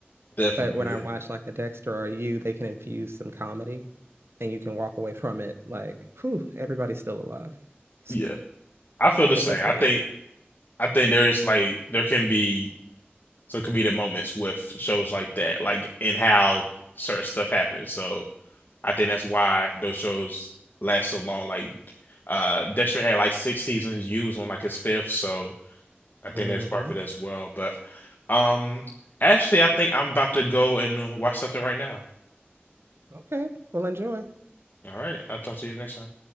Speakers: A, on the left (about 50°); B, on the right (about 80°).
A: Definitely,
B: But when I watch
A: yeah,
B: like a Dexter or you, they can infuse some comedy and you can walk away from it like, whew, everybody's still alive. <laughs>
A: yeah. I feel the
B: But
A: same.
B: that's about
A: I think
B: it.
A: I think there's like there can be some comedic moments with shows like that, like in how certain stuff happens. So I think that's why those shows last so long. Like, uh, Dexter had like six seasons. You was on like his fifth, so. I think
B: hmm
A: that's part of it as well. But um, actually, I think I'm about to go and watch something right now.
B: Okay. Well, enjoy.
A: All right, I'll talk to you next time.